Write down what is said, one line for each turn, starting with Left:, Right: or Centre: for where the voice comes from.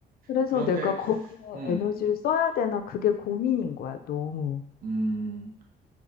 Left: 그래서
Right: 그런데,
Left: 내가 어, 거기에
Right: 음,
Left: 에너지를 써야 되나 그게 고민인 거야, 너무.
Right: 음,